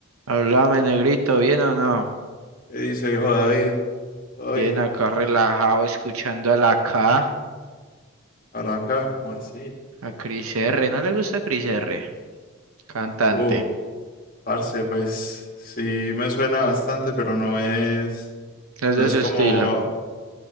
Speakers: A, on the right (about 85°); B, on the left (about 40°).
A: Háblame, negrito, ¿bien o no?
B: ¿Qué dice viejo David? ¿Todo
A: Bien
B: bien?
A: acá relajado, escuchando a la K,
B: Ahora acá, ¿cómo así?
A: a Cris R. ¿No le gusta Cris R? Cantante,
B: Uy, parce, pues sí me suena bastante, pero no es,
A: es
B: no
A: de
B: es
A: su estilo.
B: como,